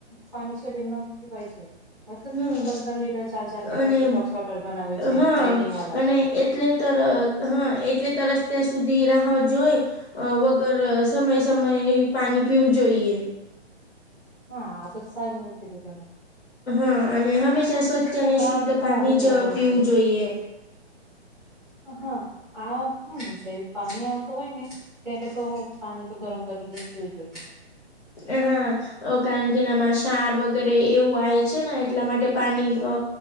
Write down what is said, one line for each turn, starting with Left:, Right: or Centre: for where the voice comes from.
Centre: પાણી શરીરમાં વાય છે હવે તો
Left: હા
Centre: ત્રણ ત્રણ લીટર ચાર ચાર લીટર
Left: હ અને
Centre: ડિટોક્સ વોટર બનાવે છે
Left: હા
Centre: ડાયટિંગ વાલા
Left: અને એ એટલે તર હા એટલે તરસ તે સુધી રાહ જોઈ અ વગર સમયે સમયે પાણી પીવું જોઈએ
Centre: હા આ તો સારું કીધું તમે
Left: હા અને હંમેશા
Centre: હા,
Left: સ્વચ્છ
Centre: છોકરાઓને
Left: અને શુદ્ધ
Centre: તો
Left: પાણી
Centre: આદત
Left: જ
Centre: લગાવું
Left: પીવું જોઈએ
Centre: હા આ <unintelligible> પાણી આવતું હોય ને ત્યારે તો પાણી તો ગરમ કરીને પીવું જોઈએ
Left: અ હા અ કારણ કેનામાં સાર વગેરે એવું આવે છે ને એટલા માટે પાણી અ